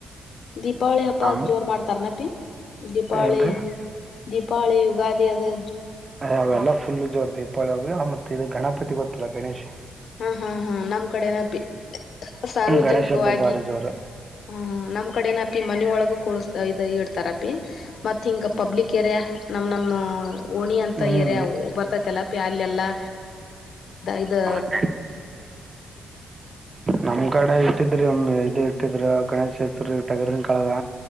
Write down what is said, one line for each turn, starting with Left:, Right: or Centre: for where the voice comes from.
Left: ದೀಪಾವಳಿ ಹಬ್ಬದ
Right: ಆಮ್
Left: ಜೋರ್ ಮಾಡ್ತಾರನ ಅಪಿ ದೀಪಾವಳಿ
Right: ಏನ್ರಿ
Left: ದೀಪಾವಳಿ ಯುಗಾದಿ ಅದುದ
Right: ಅಯ ಅವೆಲ್ಲಾ ಫುಲ್ ಜೋರ ದೀಪಳಿ ವ್ ಮತ್ತೆ ಇದು ಗಣಪತಿ ಗೊತ್ತಲ್ಲ ಗಣೇಶ್
Left: ಹಾ ಹಾ ಹಾ ನಮ್ಮ್ ಕಡೆನಪಿ ಸಾರ್ವಜನಿಕವಾಗಿ
Right: ಗಣೇಶ ಹಬ್ಬ ಭಾರಿ ಜೋರ
Left: ಹ ನಮ್ ಕಡೆ ನೂ ಅಪ್ಪಿ ಮನಿ ಒಳಗು ಇ ಕೊಡುಸುತ್ತಾರ ಇಡ್ತುರ ಅಪಿ ಮತ್ತ ಹಿಂಗ ಪಬ್ಲಿಕ್ ಏರಿಯಾ ನಮ್ ನಮ್ಮ ಓಣಿ ಅಂತ
Right: ಹ್ಮ್
Left: ಏರಿಯಾ ಬರ್ತೈತಲ್ಲ ಅಪಿ ಅಲ್ಲಿ ಎಲ್ಲಾ ಇದು
Right: ಹ ನಮ್ ಕಡೆ ಇಟ್ಟಿದ್ರಿ ಒಮ್ಮಿ ಇದು ಇಟ್ಟಿದ್ರ ಗಣೇಶ ಚತುರ್ಥಿಟಗ್ರನ್ ಕಾಲ್